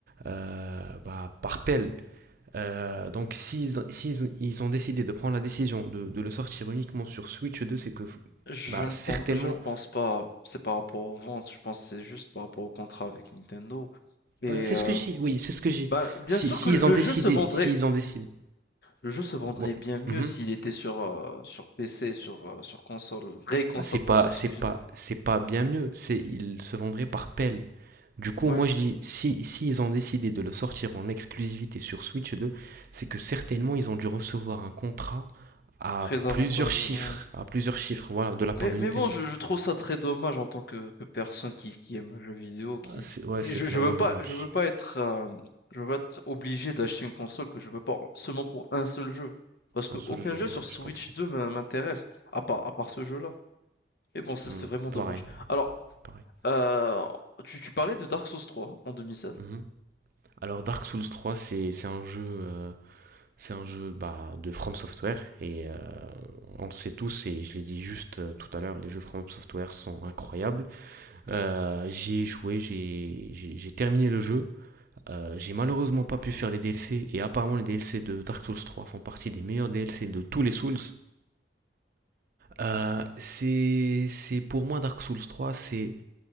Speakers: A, on the right; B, on the left.
A: euh, bah, par pelle. Euh, donc s'ils ils, ils ont décidé de prendre la décision de, de, le sortir uniquement sur Switch 2, c'est que
B: je
A: bah,
B: ne
A: certainement
B: pense, je ne pense pas. C'est par rapport aux ventes. Je pense que c'est juste par rapport au contrat avec Nintendo. Et
A: Bah, c'est ce
B: euh,
A: que j'ai, oui, c'est ce que j'ai.
B: Bah, bien
A: Si,
B: sûr
A: si
B: que le
A: ils
B: le
A: ont décidé,
B: jeu se vendrait
A: si ils ont décidé.
B: le jeu se vendrait
A: Bon,
B: bien mieux
A: mhm.
B: s'il était sur, heu, sur PC, sur, heu, sur console, vraie console,
A: Bah, c'est
B: pas
A: pas,
B: sur
A: c'est
B: Switch.
A: pas,
B: donc.
A: c'est pas bien mieux. C'est, ils se vendraient par pelle. Du coup,
B: Ouais,
A: moi je dis, si, si ils ont décidé de le sortir en exclusivité sur Switch deux c'est que certainement ils ont dû recevoir un contrat à
B: très avantageux,
A: plusieurs chiffres,
B: ouais.
A: à plusieurs chiffres, voilà, de la part
B: Mais
A: de
B: mais
A: Nintendo.
B: bon, je je trouve ça très dommage en tant que que personne qui qui aime le jeu vidéo, qui
A: Ah, c'est- ouais,
B: qui
A: c'est
B: je
A: clairement
B: je veux pas
A: dommage.
B: je veux pas être, hem, je veux pas être obligé d'acheter une console que je veux pas seulement pour un seul jeu. Parce que
A: Un seul
B: aucun
A: jeu,
B: jeu
A: ouais,
B: sur Switch
A: je comprends.
B: 2 m'in m'intéresse, à part à part ce jeu-là. Mais bon, c'est
A: Hmm,
B: c'est vraiment dommage.
A: pareil,
B: Alors,
A: pareil.
B: heu, tu tu parlais de Dark Souls 3 en 2016.
A: Mhm. Alors Dark Souls trois c'est c'est un jeu euh, C'est un jeu bah, de From Software et euh, on le sait tous et je l'ai dit juste euh, tout à l'heure, les jeux From Software sont incroyables. Euh, j'y ai joué, j'ai- j'ai j'ai terminé le jeu. Euh, j'ai malheureusement pas pu faire les DLC et apparemment les DLC de Dark Souls 3 font partie des meilleurs DLC de tous les Souls. Euh, c'est c'est- pour moi Dark Souls 3, c'est